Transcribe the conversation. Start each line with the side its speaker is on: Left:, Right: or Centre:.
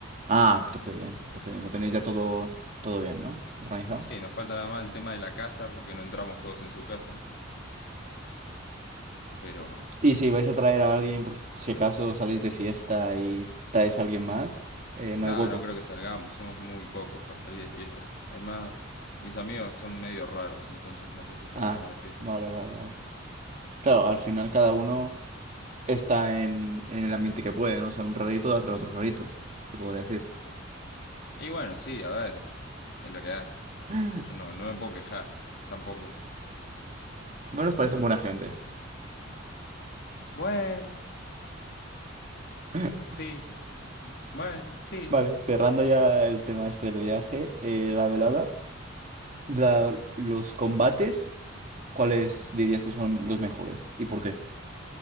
Right: Ah, entonces bien, entonces bien, lo tenéis ya todo, todo bien, ¿no? Organizado.
Left: Sí, nos falta nada más el tema de la casa, porque no entramos todos en su casa, pero
Right: Y si vais a traer a alguien, por si acaso salís de fiesta y traes a alguien más, eh, no
Left: nada,
Right: hay hueco.
Left: no creo que salgamos, somos muy pocos para salir de fiesta. Además, mis amigos son medio raros, entonces no sé si saldremos
Right: Ah,
Left: de fiesta.
Right: vale, vale, vale. Claro, al final
Left: Sí,
Right: cada uno está en, en el ambiente que puede, ¿no? O sea, un rarito da tras otros raritos, te podría decir.
Left: Y bueno, sí, a ver, es lo que hay.
Right: <laughs>
Left: Yo no, no me puedo quejar, tampoco.
Right: Bueno, os parecen buena gente.
Left: Pero, bueno,
Right: <laughs>
Left: sí, bueno, sí.
Right: Vale, cerrando ya el tema este del viaje, eh, la velada, la- los combates, ¿cuáles dirías que son los mejores? ¿Y por qué?